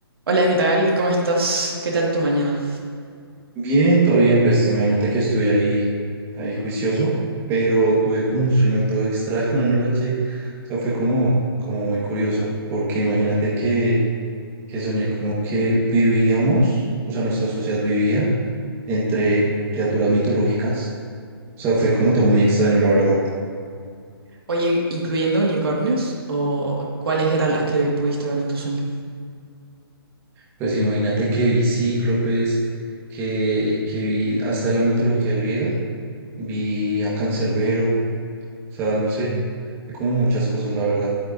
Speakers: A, on the right; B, on the right.
A: Hola, ¿qué tal? ¿Cómo estás? ¿Qué tal tu mañana?
B: Bien, todo bien, pues imagínate que estuve ahí, ahí juicioso, pero tuve como un sueño todo <laughs> extraño anoche, o sea, fue como, como muy curioso, porque imagínate que, que soñé como que vivíamos, o sea, nuestra sociedad vivía entre criaturas mitológicas, o sea, fue como todo muy extraño, la verdad.
A: Oye, ¿incluyendo unicornios? ¿O cuáles eran las que pudiste ver en tu sueño?
B: Pues imagínate que vi cíclopes, que, que vi hasta la mitología griega, vi a Cancerbero O sea, no sé, hay como muchas cosas, la verdad,